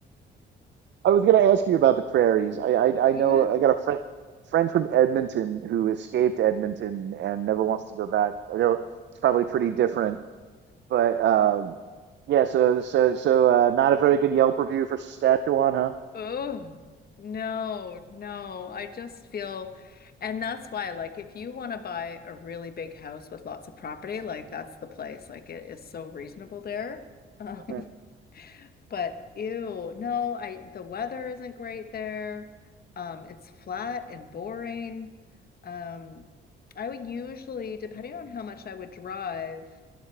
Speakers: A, on the right; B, on the left.
A: i was going to ask you about the prairies i i,
B: Yeah.
A: I know i got a friend friend from edmonton who escaped edmonton and never wants to go back i know it's probably pretty different but um yeah so so so uh not a very good yelp review for saskatchewan huh
B: Oh, no, no. I just feel, and that's why, like, if you want to buy a really big house with lots of property, like, that's the place. Like, it is so reasonable there. Um,
A: Mhm.
B: <laughs> but ew, no, I, the weather isn't great there. Um, it's flat and boring. Um, I would usually, depending on how much I would drive,